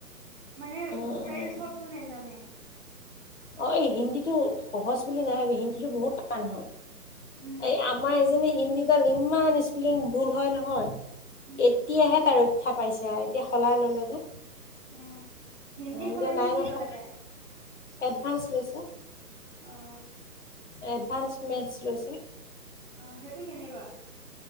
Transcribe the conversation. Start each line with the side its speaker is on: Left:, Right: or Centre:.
Right: মানে
Left: উম
Right: জোতাক্ষবোৰ
Left: উম
Right: নেজানে।
Left: অ' এই হিন্দীটো সহজ বুলি নাভাবিবি হিন্দীটো বহুত টান হয়।
Right: উম
Left: এই আমাৰ এজনী হিন্দীগাল ইমান স্পেলিং ভুল হয় নহয়।
Right: উম
Left: এতিয়াহে তাৰ ৰক্ষা পাইছে আৰু এতিয়া সলাই ল'লে যে।
Right: অ হিন্দী
Left: অ
Right: সলনি
Left: এতিয়া নাই
Right: কি
Left: নাপা
Right: ল'লে তাই।
Left: এডভান্স লৈছে।
Right: আহ।
Left: এডভান্স মেটছ লৈছে।
Right: অ' সেইটো কেনেকুৱা।